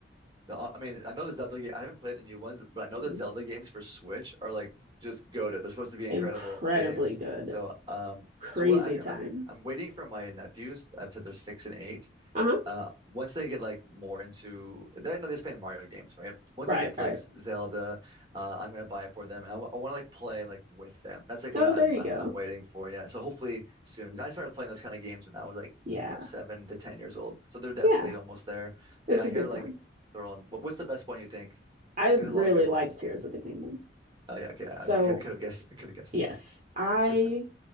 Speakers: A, on the right; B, on the right.
A: The- I mean, I know the Zelda game. I haven't played the new ones, but I know
B: Mhm.
A: the Zelda games for Switch are like just goated. They're supposed to be
B: Incredibly
A: incredible games.
B: good.
A: So um,
B: Crazy
A: so what I, I'm
B: time.
A: I'm waiting for my nephews. I've said they're six and eight
B: Uh-huh.
A: Uh, once they get like more into, they're not just playing Mario games, right? Once
B: Right,
A: they get into
B: right.
A: like Z- Zelda, uh, I'm gonna buy it for them, and I, want to like play like with them. That's like
B: Oh,
A: what I'm
B: there you
A: I'm
B: go.
A: I'm waiting for. Yeah, so hopefully soon, because I started playing those kind of games when I was like
B: Yeah.
A: you know seven to ten years old, so they're definitely
B: Yeah.
A: almost there. But
B: It's
A: I
B: a good
A: hear like
B: time.
A: they're all. what- What's the best one you think?
B: I really
A: There's a lot of good
B: like
A: ones.
B: Tears of the Kingdom.
A: Oh yeah, okay, I,
B: So,
A: I could have guessed. I could have guessed
B: yes,
A: that.
B: I
A: <laughs>